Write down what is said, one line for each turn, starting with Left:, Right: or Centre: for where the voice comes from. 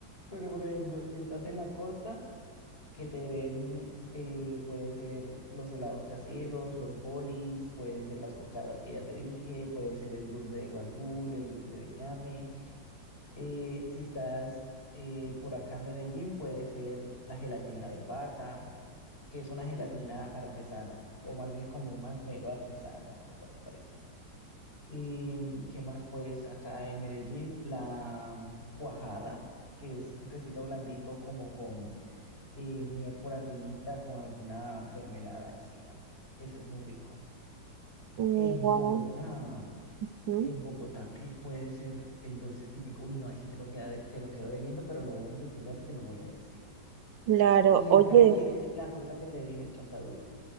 Left: Pero, por ejemplo, si estás en la costa, que te den, eh, puede ser los helados caseros, los bolis, pueden ser las cocadas que ya te dije, puede ser el dulce de guandul, el dulce de ñame. Eh, si estás eh, por acá en Medellín, puede ser la gelatina de pata, que es una gelatina artesana, o más bien como un masmero artesano, algo así parecido. Y qué más, pues acá en Medellín, la cuajada, que es un quesito blandito como con eh, miel por arribita, con alguna mermelada encima. Ese es muy rico.
Right: guau,
Left: En Bogotá,
Right: ujú,
Left: en Bogotá, ¿qué puede ser el dulce típico? Uy, no, ahí sí te lo queda de- te lo quedo debiendo, pero lo voy a investigar y te lo voy a decir.
Right: Claro,
Left: Y
Right: oye,
Left: en Cali es la fruta que te dije, el chontaduro.